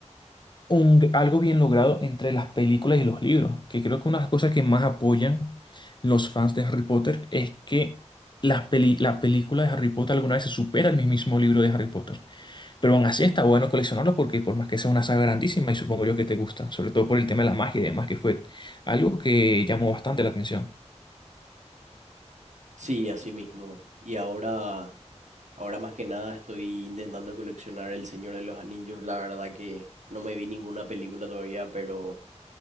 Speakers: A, on the left; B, on the right.
A: un- algo bien logrado entre las películas y los libros, que creo que una de las cosas que más apoyan los fans de Harry Potter es que las peli- la película de Harry Potter alguna vez se supera el mismo libro de Harry Potter, pero aún así está bueno coleccionarlo porque por más que sea una saga grandísima y supongo yo que te gusta, sobre todo por el tema de la magia y demás, que fue algo que llamó bastante la atención.
B: Sí, así mismo. Y ahora, ahora más que nada estoy intentando coleccionar El Señor de los Anillos. La verdad que no me vi ninguna película todavía, pero